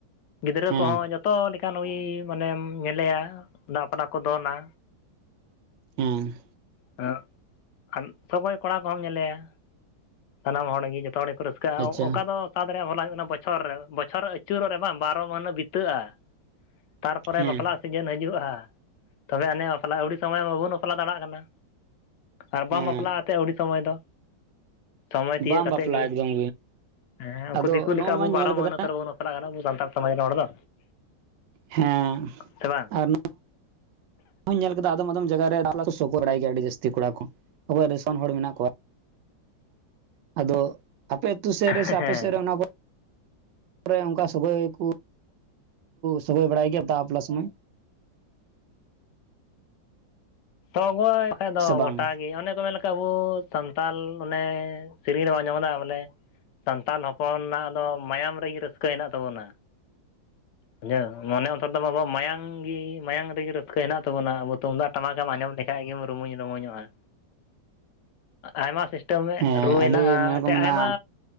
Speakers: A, on the left; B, on the right.
A: ᱜᱤᱫᱽᱨᱟᱹ
B: ᱦᱮᱸ
A: ᱠᱚᱦᱚᱸ ᱡᱚᱛᱚ ᱡᱚᱛᱚ ᱞᱮᱠᱟᱱ ᱱᱩᱭ ᱢᱟᱱᱮᱢ ᱧᱮᱞᱮᱭᱟ ᱫᱟᱜᱯᱱᱟ ᱠᱚ ᱫᱚᱱᱟ
B: ᱦᱮᱸ
A: ᱟᱸ <unintelligible> ᱠᱚᱲᱟ ᱠᱚᱦᱚᱸᱚᱢ ᱧᱮᱞᱮᱭᱟ ᱥᱟᱱᱟᱢ ᱦᱚᱲᱜᱮ ᱡᱚᱛᱚ ᱦᱚᱲᱼᱼ ᱨᱟᱹᱥᱠᱟᱹᱜᱼᱟ
B: ᱟᱪᱪᱷᱟ
A: ᱚᱱᱠᱟ ᱫᱚ ᱥᱟᱫ ᱨᱮᱭᱟᱜ ᱵᱚᱞᱟ ᱦᱩᱭᱩᱜ ᱠᱟᱱᱟ ᱵᱚᱪᱷᱚᱨ ᱨᱮ ᱵᱚᱪᱷᱚᱨᱮ ᱟᱹᱪᱩᱨᱚᱜ ᱨᱮ ᱵᱟᱝ ᱵᱟᱨᱚ ᱢᱟᱹᱦᱱᱟᱹᱟᱹ ᱵᱤᱛᱟᱹᱜᱼᱟ ᱛᱟᱨᱯᱚᱨᱮ
B: ᱦᱮᱸ
A: ᱵᱟᱯᱞᱟᱼᱼ ᱥᱤᱡᱮᱱ ᱦᱤᱡᱩᱜᱼᱟ ᱛᱚᱵᱮ ᱟᱹᱱᱮ ᱵᱟᱯᱞᱟ ᱟᱹᱣᱤ ᱥᱚᱢᱚᱭ ᱢᱟ ᱵᱟᱵᱚᱱ ᱵᱟᱯᱞᱟ ᱫᱟᱲᱮᱭᱟᱜ ᱠᱟᱱᱟ? ᱟᱨ
B: ᱦᱮᱸ
A: ᱵᱟᱢ ᱵᱟᱯᱞᱟᱜᱼᱟ ᱟᱥᱮ ᱟᱹᱶᱤ ᱥᱚᱢᱚᱭ ᱫᱚ᱾ ᱥᱚᱢᱚᱭ ᱛᱤᱭᱜ
B: ᱵᱟᱢ
A: ᱠᱟᱛᱮᱠ
B: ᱵᱟᱯᱞᱟᱜᱼᱟ
A: ᱜᱮ
B: ᱮᱠᱫᱚᱢ
A: ᱦᱮᱸ ᱩᱱᱠᱩ
B: ᱟᱫᱚ
A: ᱫᱤᱠᱩ
B: ᱱᱚᱜᱼᱚ
A: ᱞᱮᱠᱟ ᱟᱵᱚ
B: ᱱᱚᱣᱟᱧ ᱧᱮᱞ
A: ᱵᱟᱨᱚ
B: ᱠᱟᱫᱟ
A: ᱢᱟᱹᱦᱱᱟᱹ ᱛᱚᱨᱵᱚᱱ ᱵᱟᱯᱞᱟᱜ ᱥᱟᱱᱛᱟᱲ ᱥᱟᱡᱽ ᱨᱚᱲ ᱫᱚ᱾
B: ᱦᱮᱸ
A: ᱥᱮ ᱵᱟᱝ
B: ᱟᱨ᱾ ᱟᱨᱦᱚᱝ ᱱᱟᱞ ᱟᱠᱟᱫᱟ ᱟᱫᱚᱢ ᱟᱫᱚᱢ ᱡᱟᱭᱜᱟ ᱨᱮ ᱥᱚᱜᱚᱭ ᱵᱟᱲᱟᱭ ᱜᱤᱭᱟ ᱟᱹᱰᱤ ᱡᱟᱥᱛᱤ ᱠᱚᱲᱟ ᱠᱚ ᱚᱠᱚᱭ ᱨᱤᱥᱚᱱ ᱦᱚᱲ ᱢᱤᱱᱟᱜ ᱠᱚ ᱟᱫᱚᱼᱼ ᱟᱯᱮ ᱟᱹᱛᱩ ᱥᱮᱫ
A: ᱦᱮᱸ
B: ᱨᱮ ᱥᱮ ᱟᱯᱮ ᱥᱮᱫ ᱨᱮ ᱚᱱᱟ ᱠᱚ ᱚᱱᱠᱟ ᱥᱚᱜᱚᱭ ᱠᱚᱼᱼ ᱥᱚᱹᱜᱳᱚᱭ ᱵᱟᱲᱟᱭ ᱜᱮᱭᱟ ᱫᱟᱜ ᱵᱟᱯᱞᱟ ᱥᱚᱢᱚᱭ?
A: ᱥᱚᱜᱳᱭ ᱠᱷᱟᱡ ᱫᱚ
B: ᱥᱮ ᱵᱟᱝ
A: ᱜᱚᱴᱟ ᱜᱮ ᱚᱱᱮ ᱠᱚ ᱢᱮᱱ ᱟᱵᱚ ᱥᱟᱱᱛᱟᱞ ᱚᱱᱮ ᱥᱮᱨᱮᱧ ᱨᱮ ᱵᱟᱢ ᱟᱸᱡᱚᱢ ᱟᱠᱟᱫᱟ ᱵᱚᱞᱮ ᱥᱟᱱᱛᱟᱞ ᱦᱚᱯᱚᱱᱟᱜ ᱫᱚ ᱢᱟᱭᱟᱢ ᱨᱮᱜᱮ ᱨᱟᱹᱥᱠᱟᱹ ᱦᱮᱱᱟᱜ ᱛᱟᱵᱚᱱᱟ, ᱵᱩᱡᱷᱟᱹᱣ ᱢᱚᱱᱮ ᱚᱱᱛᱚᱨ ᱟᱵᱚᱣᱟᱜ ᱢᱟᱭᱟᱢ ᱜᱮ ᱢᱟᱭᱟᱢ ᱨᱮᱜᱮ ᱨᱟᱹᱥᱠᱟᱹ ᱦᱮᱱᱟᱜ ᱛᱟᱵᱚᱱᱟ ᱟᱵᱚ ᱛᱩᱢᱫᱟᱜ ᱴᱟᱢᱟᱠᱮᱢ ᱟᱸᱡᱚᱢ ᱞᱮᱠᱷᱟᱡ ᱜᱮ ᱨᱩᱢᱩᱧ ᱨᱩᱢᱩᱧᱚᱜ-ᱟ ᱟᱭᱢᱟ ᱢᱤᱫᱴᱮᱱ
B: ᱦᱮᱸ
A: ᱨᱩ ᱦᱮᱱᱟᱜ-ᱟ
B: ᱟᱹᱰᱤ ᱢᱚᱱᱮ
A: ᱮᱱᱛᱮᱫ
B: ᱠᱚ ᱢᱮᱱᱟ
A: ᱟᱭᱢᱟ